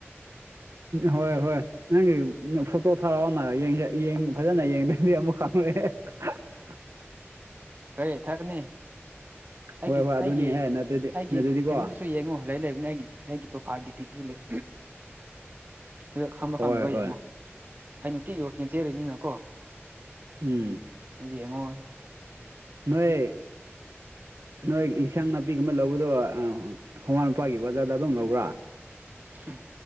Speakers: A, on the right; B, on the right.
A: ꯍꯣꯏ ꯍꯣꯏ ꯅꯪꯒꯤ ꯐꯣꯇꯣ ꯊꯔꯥꯛꯑꯣꯅ ꯍꯌꯦꯡꯁꯦ ꯐꯖꯅ ꯌꯦꯡꯗꯗꯤ ꯑꯃꯨꯛ ꯈꯪꯉꯣꯏ <inaudible>
B: ꯍꯣꯏ ꯊꯥꯛꯒꯅꯤ
A: ꯍꯣꯏ
B: ꯑꯩꯒꯤ
A: ꯍꯣꯏ ꯑꯗꯨꯅꯤꯍꯦ
B: ꯑꯩꯒꯤ
A: ꯅꯠꯇ꯭ꯔꯗꯤ
B: ꯑꯩꯒꯤ
A: ꯅꯠꯇ꯭ꯔꯗꯤꯀꯣ
B: ꯀꯩꯅꯣꯗꯨꯁꯨ ꯌꯦꯡꯉꯨ ꯂꯩ ꯂꯩꯕꯅꯦ ꯑꯩꯒꯤ ꯑꯩꯒꯤ ꯄ꯭ꯔꯣꯐꯥꯏꯜꯗꯤ ꯄꯤꯗꯨꯁꯨ ꯂꯩ ꯑꯗꯨ ꯈꯪꯕ
A: ꯍꯣꯏ
B: ꯈꯪꯗꯕ
A: ꯍꯣꯏ
B: ꯌꯦꯡꯉꯣ ꯑꯩ ꯅꯨꯡꯇꯤꯒꯤ ꯋꯥꯛꯀꯤꯡ ꯆꯦꯜꯂꯤꯅꯤꯅꯀꯣ
A: ꯎꯝ
B: ꯑꯗꯨ ꯌꯦꯉꯣ
A: ꯅꯣꯏ ꯅꯣꯏ ꯏꯟꯁꯥꯡ ꯅꯥꯄꯤꯒꯨꯝꯕ ꯂꯧꯕ ꯑꯗꯣ ꯍꯣꯡꯃꯟꯄꯥꯒꯤ ꯕꯖꯥꯔꯗ ꯑꯗꯨꯝ ꯂꯧꯕ꯭ꯔꯥ
B: ꯎꯝ